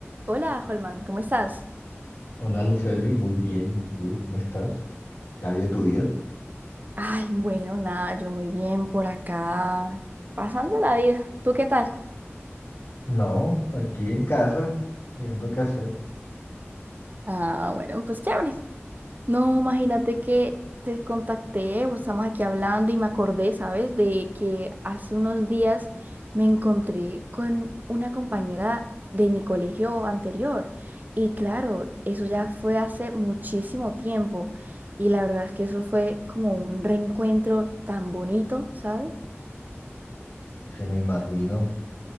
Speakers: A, on the right (about 40°); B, on the left (about 65°).
A: Hola, Holman, ¿cómo estás?
B: Hola Luceli, muy bien. ¿Y tú cómo estás? ¿Ya vi de tu vida?
A: Mm, Ay, bueno, nada, yo muy bien por acá, pasando la vida. ¿Tú qué tal?
B: No, aquí en casa, mirando qué hacer.
A: Ah, bueno, pues chévere. No, imagínate que te contacté, pues, estamos aquí hablando y me acordé, ¿sabes? De que hace unos días me encontré con una compañera de mi colegio anterior. Y claro, eso ya fue hace muchísimo tiempo. Y la verdad es que eso fue como un reencuentro tan bonito, ¿sabes?
B: Sí, me imagino